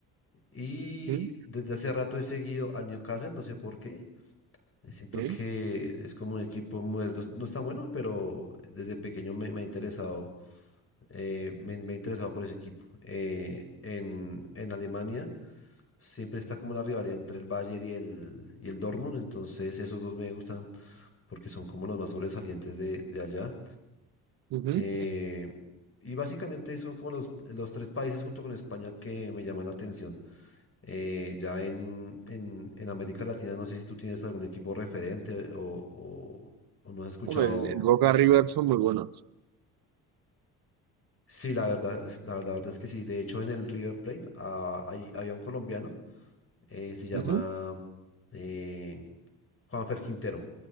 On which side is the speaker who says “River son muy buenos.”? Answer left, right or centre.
Right